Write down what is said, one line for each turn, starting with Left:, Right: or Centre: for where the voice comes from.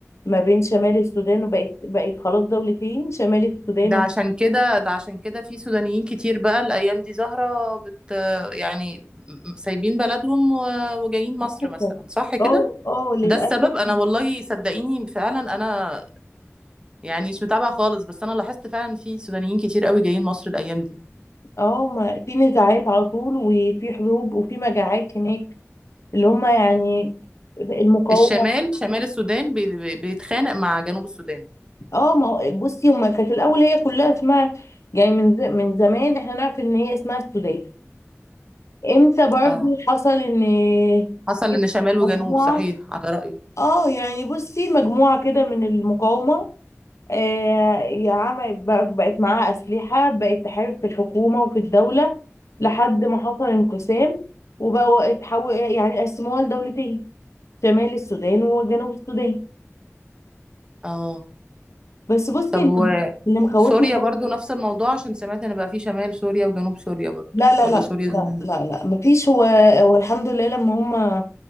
Left: ما بين شمال السودان وبقت بقت خلاص دولتين شمال السودان
Right: ده
Left: والسودان
Right: عشان كده ده عشان كده في سودانيين كتير بقى الايام دي زهرة بت يعني سايبين بلدهم و- وجايين مصر
Left: للأسف
Right: مثلا صح كده
Left: اه اه للأسف
Right: ده السبب انا والله صدقيني فعلا انا يعني مش متابعه خالص بس انا لاحظت فعلا في سودانيين كتير قوي جايين مصر الايام دي
Left: اه ما في نزاعات على طول وفي حروب وفي مجاعات هناك اللي هما يعني المقاومة
Right: الشمال شمال السودان بي- بي- بيتخانق مع جنوب السودان
Left: اه ما هو- بصي هما كانت الاول هي كلها اسمها يعني من ز- من زمان احنا نعرف ان هي اسمها السودان امتى برضو
Right: اه
Left: حصل ان
Right: حصل
Left: في
Right: ان شمال وجنوب
Left: مجموعه
Right: صحيح على رأيي
Left: اه يعني بصي مجموعه كده من المقاومه آه يا عم بق- بقت معاها اسلحه بقت تحارب في الحكومه وفي الدوله لحد ما حصل انقسام وبقوا اتحول يعني قسموها لدولتين شمال السودان وجنوب السودان
Right: اه
Left: بس بصي
Right: طب
Left: اللي
Right: و
Left: اللي مخوفني
Right: سوريا برضو نفس الموضوع عشان سمعت ان بقى في شمال سوريا وجنوب سوريا برضو
Left: لا لا
Right: ولا
Left: لا
Right: سوريا زي
Left: لا
Right: ما
Left: لا
Right: هي؟
Left: لا مفيش هو هو الحمد لله لما هم